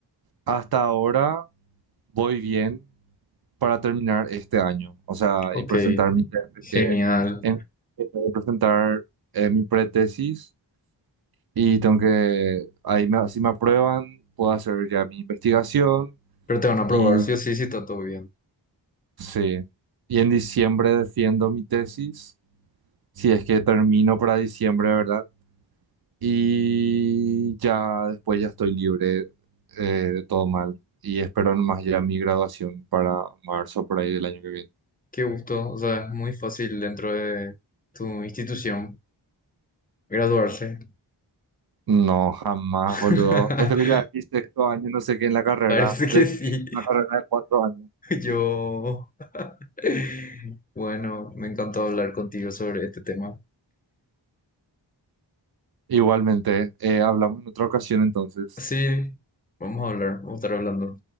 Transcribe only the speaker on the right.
hasta ahora voy bien para terminar este año, o sea,
y presentar mi TFG,
en, que tengo que presentar eh, mi pretesis Y tengo que, ahí me- si me aprueban, puedo hacer ya mi investigación
y
sí. Y en diciembre defiendo mi tesis, si es que termino para diciembre, ¿verdad? Y ya después ya estoy libre eh, de todo mal. Y espero nomás ya mi graduación para marzo, por ahí del año que viene.
No, jamás,
boludo. Esto que ya es mi sexto año, no sé qué, en la carrera,
de,
y una carrera de cuatro años.
Igualmente, eh, hablamos en otra ocasión entonces.